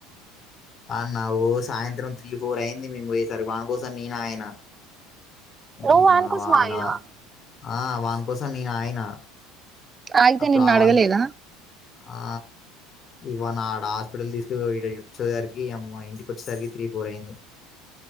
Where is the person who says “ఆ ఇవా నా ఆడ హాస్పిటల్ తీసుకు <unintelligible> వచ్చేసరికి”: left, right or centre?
Left